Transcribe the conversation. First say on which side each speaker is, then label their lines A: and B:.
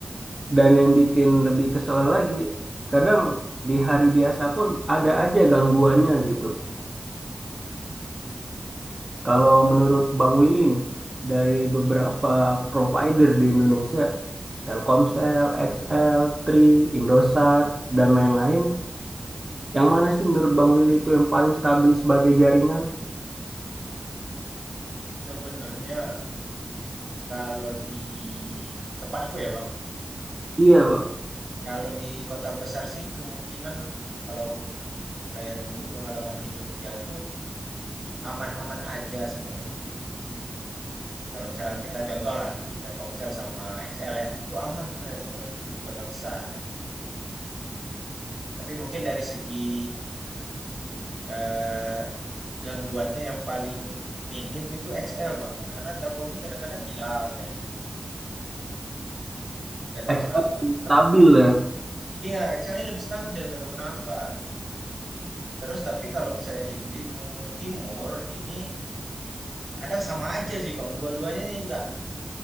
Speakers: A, on the right (about 30°); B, on the right (about 70°).
A: Dan yang bikin lebih kesel lagi, kadang di hari biasa pun ada aja gangguannya gitu.
B: betul.
A: Kalau menurut Bang Willy nih, dari beberapa provider di Indonesia, Telkomsel, XL, Tri, Indosat, dan lain-lain, yang mana sih menurut Bang Willy itu yang paling stabil sebagai jaringan?
B: Sebenarnya kalau di tempatku ya Bang,
A: Iya, Bang.
B: kalau di kota besar sih kemungkinan kalau aku kayak dulu pengalaman di Jogja tuh aman-aman aja sebenarnya Bang. Kalau misalnya kita contoh lah Telkomsel sama XL ya, itu aman sebenarnya Bang kalau di, di kota besar. Tapi mungkin dari segi eh, Gangguannya yang paling minim itu XL, Bang. Karena Telkom ini kadang-kadang hilang jaringannya. nggak tahu
A: XL
B: kenapa. Tapi
A: stabil ya.
B: iya, XL ini lebih stabil, nggak tahu kenapa. Terus tapi kalau misalnya di Belitung Timur ini kadang sama aja sih, Bang. Dua-duanya nih nggak